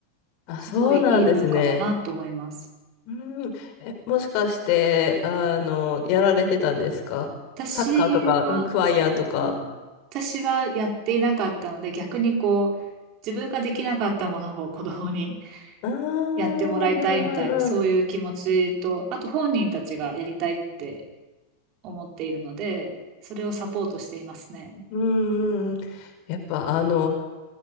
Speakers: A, on the left; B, on the right.
A: あ、
B: すごいいい文化だなと思います。
A: そうなんですね。うん。え、もしかして、あの、やられてたんですかサッカーとか、
B: 私は、
A: うんクワイアとか。
B: うん私はやっていなかったので、逆にこう、自分ができなかったものを <laughs> 子供に
A: ああ、うんうんうんうん。
B: やってもらいたいみたいな、そういう気持ちと、あと本人たちがやりたいって思っているので、それをサポートしていますね。
A: うんうんうん。やっぱあの、